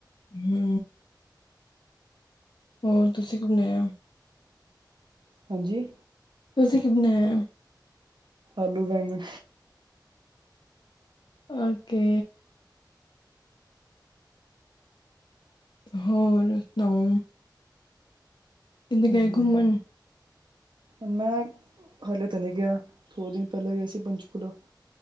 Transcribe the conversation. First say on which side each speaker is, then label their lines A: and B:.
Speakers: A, on the left (about 80°); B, on the right (about 85°).
A: ਹੂੰ, ਹੋਰ ਤੁਸੀਂ ਘੁੰਮਿਆ।
B: ਹਾਂਜੀ।
A: ਤੁਸੀਂ ਕੀ ਬਣਾਇਆ?
B: ਆਲੂ ਵੈਗਣ,
A: ਓਕੇ। ਹੋਰ ਸੁਣਾਓ। ਕਿ ਗਏ
B: ਵਧੀਆ
A: ਘੁੰਮਣ।
B: ਜੀ ਬਸ ਮੈਂ ਹਾਲੇ ਤਾਂ ਨਹੀਂ ਗਿਆ, ਥੋੜੇ ਦਿਨ ਪਹਿਲਾਂ ਗਿਆਏ ਸੀ, ਪੰਚਕੂਲਾ।